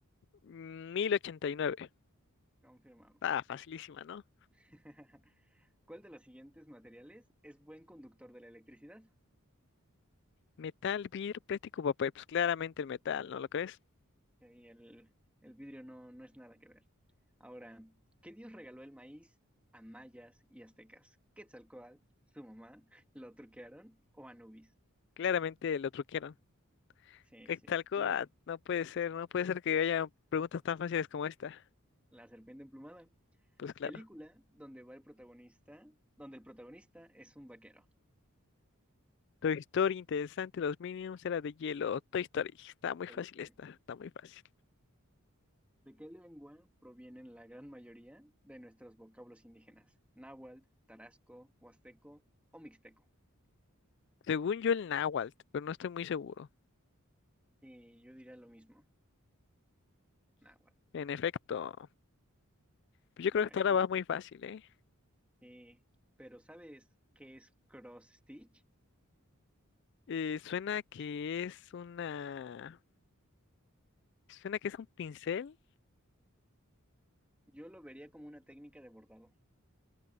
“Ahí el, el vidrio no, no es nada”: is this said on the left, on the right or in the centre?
Centre